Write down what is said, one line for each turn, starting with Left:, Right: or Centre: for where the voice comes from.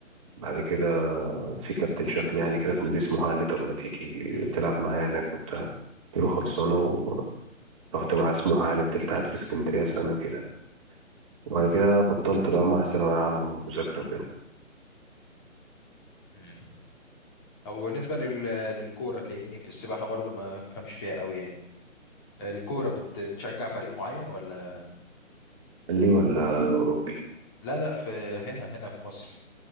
Right: بعد كده في كابتن شافني يعني كده في نادي سموحة قال لي طب ما تيجي تلعب معايا هناك وبتاع قلت له خلصانة ورحت مع سموحة يعني فضلت قاعد في اسكندرية سنة كده وبعد كده بطلت بقى مع ثانوية عامة ومذاكرة وكده
Left: مم. أو بالنسبة لل... للكورة لأني في السباحة برضو ما بفهمش فيها قوي يعني الكورة بت... بتشجع فريق معين ولا
Right: قال لي ولا أوروبي
Left: لا لا في هنا هنا في مصر